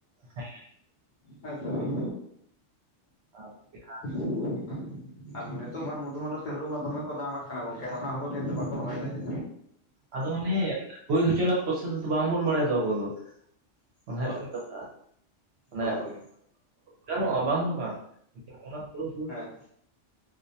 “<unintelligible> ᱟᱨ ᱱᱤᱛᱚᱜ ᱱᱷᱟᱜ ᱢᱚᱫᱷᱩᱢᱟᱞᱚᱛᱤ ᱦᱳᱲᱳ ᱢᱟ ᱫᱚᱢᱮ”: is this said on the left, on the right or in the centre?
Left